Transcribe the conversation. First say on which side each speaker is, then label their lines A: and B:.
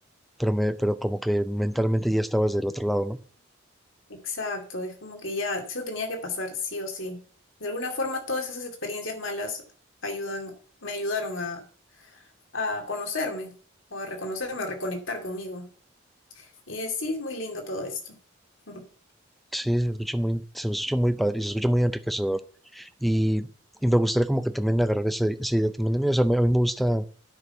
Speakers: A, in the centre; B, on the left.
A: pero me, pero como que mentalmente ya estabas del otro lado, ¿no?
B: Exacto, es como que ya, eso tenía que pasar sí o sí. De alguna forma, todas esas experiencias malas ayudan, me ayudaron a, a conocerme o a reconocerme o reconectar conmigo. Y eh, sí, es muy lindo todo esto. <laughs>
A: Sí, se escucha muy, se escucha muy padre y se escucha muy enriquecedor. Y, y me gustaría como que también agarrar esa, esa idea también de mí. O sea, me- a mí me gusta